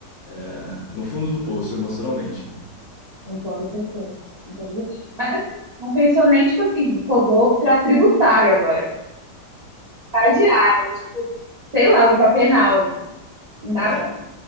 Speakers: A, on the left; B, on the right.
A: é, no fundo do poço emocionalmente, né?
B: com toda certeza. com toda certeza. Mas assim, não pensou nem tipo assim, pô, vou para tributário agora, para diário, tipo, sei lá, vou para penal, nada.
A: É?